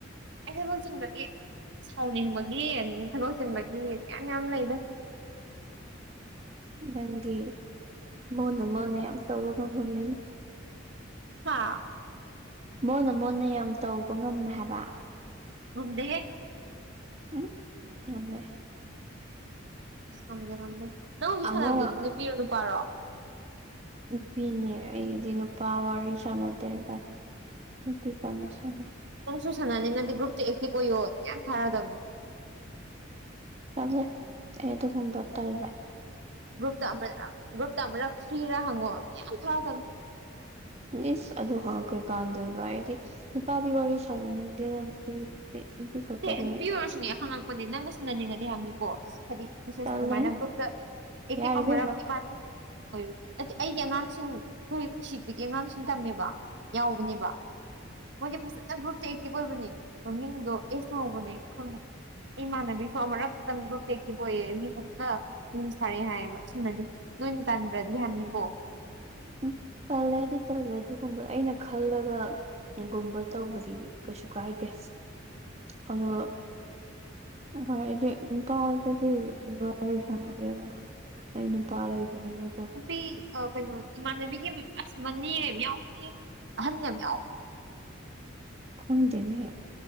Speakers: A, on the right; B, on the right.
A: ꯑꯩ ꯊꯕꯛ ꯆꯤꯟꯕꯒꯤ ꯁꯥꯎꯅꯤꯡꯕꯒꯤ ꯑꯗꯨ ꯊꯕꯛ ꯆꯤꯟꯕꯒꯤ ꯀꯌꯥꯝ ꯌꯥꯝ ꯂꯩꯗ
B: ꯅꯪꯒꯤ ꯃꯣꯟꯗ ꯃꯣꯟꯅ ꯌꯥꯝ ꯇꯧꯕꯒ ꯃꯃꯤꯡ
A: ꯍꯥꯥ
B: ꯃꯣꯟꯅ ꯃꯣꯟꯅ ꯌꯥꯝ ꯇꯧꯕ ꯉꯝꯃꯦ ꯍꯥꯏꯕ
A: ꯉꯝꯗꯦꯍꯦ
B: ꯎꯝ ꯉꯝꯃꯦ
A: ꯑꯁ ꯉꯝꯗꯦ ꯉꯝꯗꯦ ꯅꯪ ꯍꯧꯖꯤꯛ
B: ꯑꯃ
A: ꯁꯥꯟꯅꯕꯗꯨꯗꯤ ꯅꯨꯄꯤꯔꯣ ꯅꯨꯄꯥꯔꯣ
B: ꯅꯨꯄꯤꯅꯦ ꯑꯩꯗꯤ ꯅꯨꯄꯥ ꯋꯥꯔꯤ ꯁꯥꯟꯅꯗꯦꯗ ꯅꯨꯄꯤ ꯇꯪ ꯁꯥꯟꯅꯩ
A: ꯅꯝꯁꯨ ꯁꯥꯟꯅꯅꯤꯅꯗꯤ ꯒ꯭ꯔꯨꯞꯇ ꯑꯦꯛꯇꯤ ꯑꫭꯏꯌꯣ ꯌꯥꯝ ꯊꯥꯔꯛ ꯑꯗꯕꯅꯤ
B: ꯇꯥꯜꯂꯦ ꯑꯩ ꯑꯗꯨꯒꯨꯝꯕ ꯇꯥꯜꯂꯦ
A: ꯒ꯭ꯔꯨꯞꯇ ꯑꯃꯨꯔꯥꯛ ꯒ꯭ꯔꯨꯞꯇ ꯑꯃꯨꯔꯥꯛ ꯐ꯭ꯔꯤꯔꯥ ꯍꯪꯉꯛꯑꯣ ꯃꯌꯥꯝ ꯊꯥꯔꯛꯑꯗꯨꯕꯅꯤ
B: ꯏꯁꯁ ꯑꯗꯨ ꯍꯪꯉꯥ ꯀꯩꯀꯥꯟꯅꯗꯣꯏꯕ ꯑꯩꯗꯤ ꯅꯨꯄꯥꯗꯤ ꯋꯥꯔꯤ ꯁꯥꯟꯅꯅꯤꯡꯗꯦꯗ ꯅꯨꯄꯤ ꯗꯤ ꯅꯨꯄꯤ ꯈꯠꯇꯥꯅꯦ
A: ꯅꯠꯇꯦ ꯅꯨꯄꯤ ꯑꯣꯏꯔꯁꯨꯅꯦ ꯍꯪꯉꯛꯄꯅꯦ ꯅꯪꯅ ꯁꯤꯟꯅꯅꯤꯡꯉꯗꯤ ꯍꯥꯏꯕꯅꯤꯀꯣ ꯍꯥꯏꯗꯤ ꯃꯤꯁꯦꯁ
B: ꯇꯜꯂꯦꯍꯦ
A: ꯑꯗꯨꯃꯥꯏꯅ ꯒ꯭ꯔꯨꯞꯇ ꯑꯦꯛꯇꯤꯞ
B: ꯌꯥꯔꯦ
A: ꯑꯃꯨꯔꯥꯛ
B: ꯏꯕꯦꯝꯃ
A: ꯏꯕꯥꯅꯤ ꯍꯣꯏ ꯑ ꯑꯩꯒꯤ ꯑꯉꯥꯡꯁꯤꯡ ꯍꯈꯣꯏ ꯎꯁꯤꯠꯇꯒꯤ ꯑꯉꯥꯡꯁꯤꯡ ꯇꯝꯃꯦꯕ ꯌꯥꯎꯕꯅꯦꯕ
B: ꯎꯝ
A: ꯃꯣꯏꯗꯤ ꯐꯖꯅ ꯒ꯭ꯔꯨꯞꯇ ꯑꯦꯛꯇꯤꯚ ꯑꯣꯏꯕꯅꯦ ꯃꯃꯤꯡꯗꯣ ꯑꯦꯁ ꯅ ꯍꯧꯕꯅꯦ ꯈꯪꯉꯨ ꯏꯃꯥꯟꯅꯕꯤꯁꯨ ꯑꯃꯨꯔꯛ ꯇꯪ ꯒ꯭ꯔꯨꯞ ꯑꯦꯛꯇꯤꯞ ꯑꯣꯏꯌꯦ ꯃꯤ ꯐꯖꯅ ꯃꯤꯡ ꯊꯔꯥꯛꯑꯦ ꯍꯥꯏꯌꯦꯕ ꯁꯤꯃꯗꯤ ꯅꯣꯏꯅ ꯇꯟꯗ꯭ꯔꯗꯤ ꯍꯥꯏꯕꯅꯤꯀꯣ
B: ꯎꯝ ꯇꯜꯂꯦꯗꯤ ꯇꯜꯂꯦ ꯑꯗꯨꯒꯨꯝꯕ ꯑꯩꯅ ꯈꯜꯂꯒ ꯀꯩꯒꯨꯝꯕ ꯇꯧꯕꯗꯤ ꯀꯩꯁꯨ ꯀꯥꯏꯗꯦ ꯑꯗꯣ ꯍꯦ ꯑꯩꯗꯤ ꯅꯨꯄꯥꯗꯗꯤ ꯋꯥꯔꯤ ꯁꯟꯅꯗꯦꯗ ꯑꯩ ꯅꯨꯄꯥ ꯂꯩꯕꯅꯤꯅꯀꯣ
A: ꯅꯨꯄꯤ ꯀꯩꯅꯣ ꯏꯃꯥꯟꯅꯕꯤꯒꯤ ꯑꯁ ꯃꯅꯦ ꯑꯃ ꯌꯥꯎꯅꯤ ꯑꯍꯟ ꯑꯃ ꯌꯥꯎꯕꯅꯤ
B: ꯈꯪꯗꯦꯅꯦꯍꯦ